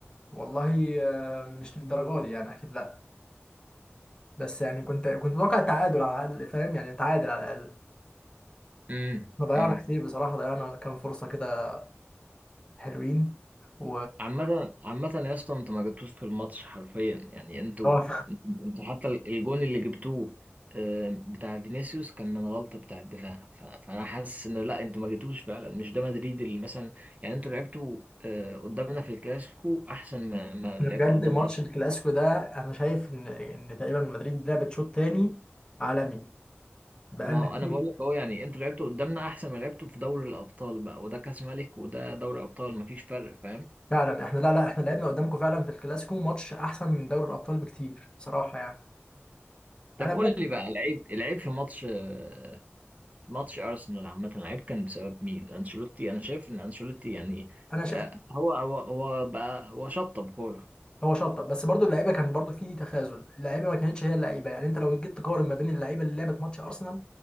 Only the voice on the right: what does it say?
امم
امم
عامة عامة يا اسطى انتوا ما جبتوش في الماتش حرفيا يعني انتوا
انتوا انتوا حتى الجون اللي جبتوه آه، بتاع فينيسيوس كان من غلطة بتاع الدفاع ف- فانا حاسس انه لا انتوا ما جبتوش فعلا مش ده مدريد اللي مثلا يعني انتوا لعبتوا آه، قدامنا في الكلاسيكو احسن ما ما
لعبتوا
قدام
ارسنال
ما هو
انا بقول لك اهو يعني انتوا لعبتوا قدامنا احسن ما لعبتوا في دوري الابطال بقى وده كاس ملك وده دوري ابطال مفيش فرق فاهم
طب
قول لي بقى العيب العيب في ماتش آه، ماتش ارسنال عامه العيب كان بسبب مين انشيلوتي انا شايف ان انشيلوتي يعني
آه، هو هو هو بقى هو شطب كوره